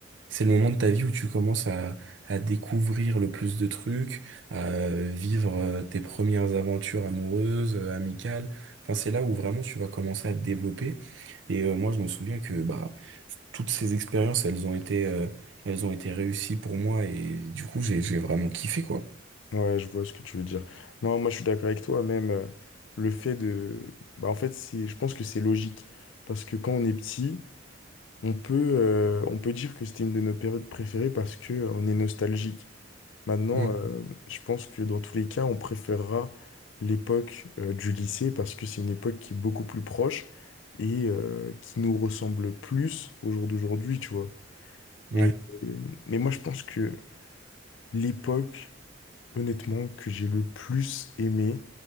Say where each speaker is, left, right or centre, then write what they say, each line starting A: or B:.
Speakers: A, on the right (about 70°); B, on the left (about 75°).
A: C'est le moment de ta vie où tu commences à, à découvrir le plus de trucs, à euh, vivre euh, tes premières aventures amoureuses, euh, amicales. Enfin, c'est là où vraiment tu vas commencer à te développer. Et euh, moi, je me souviens que bah toutes ces expériences, elles ont été, euh, elles ont été réussies pour moi et du coup, j'ai, j'ai vraiment kiffé quoi.
B: Ouais, je vois ce que tu veux dire. Non, moi je suis d'accord avec toi, même euh, le fait de... Bah, en fait, c'est... je pense que c'est logique, parce que quand on est petit, on peut, euh, on peut dire que c'était une de nos périodes préférées parce que euh, on est nostalgique. Maintenant,
A: Mm.
B: euh, je pense que dans tous les cas, on préférera l'époque euh, du lycée parce que c'est une époque qui est beaucoup plus proche et euh, qui nous ressemble plus au jour d'aujourd'hui, tu vois. Et,
A: Ouais.
B: euh, mais moi je pense que l'époque... Honnêtement, que j'ai le plus aimé,